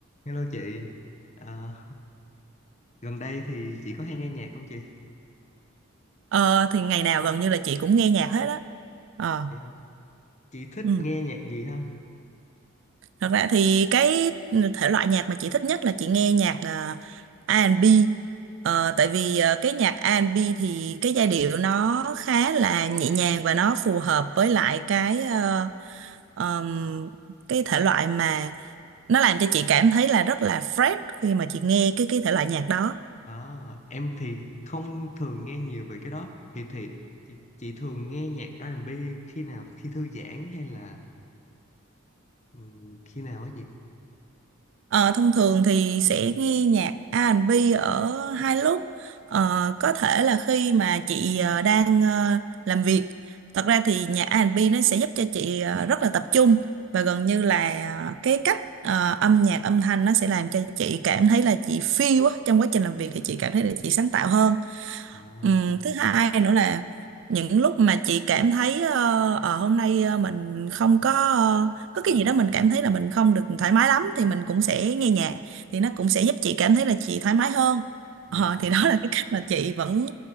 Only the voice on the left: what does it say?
Hello chị, Ờ, gần đây thì chị có hay nghe nhạc không chị?
Vậy hả? Chị thích
nghe nhạc gì ha?
Ờ, em thì không thường nghe nhiều về cái đó. Thì thì chị, chị thường nghe nhạc R&B khi nào? Khi thư giãn hay là ừm, khi nào á chị?
À,
dạ